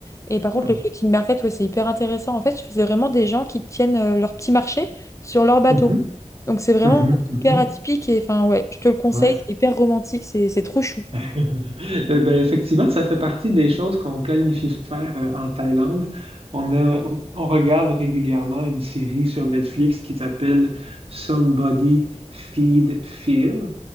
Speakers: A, on the left; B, on the right.
A: Et par contre,
B: ah.
A: le floating market, ouais, c'est hyper intéressant. En fait, c'est vraiment des gens qui tiennent euh, leur petit marché sur leur bateau.
B: Mhm,
A: Donc, c'est vraiment
B: mhm, mhm.
A: hyper atypique. Et enfin, ouais, je te le conseille,
B: Ouais.
A: c'est hyper romantique, c'est c'est trop chou.
B: Eh Ben, effectivement, ça fait partie des choses qu'on planifie faire euh, en Thaïlande. On a, on on regarde régulièrement une série sur Netflix qui s'appelle Somebody Feed Phil.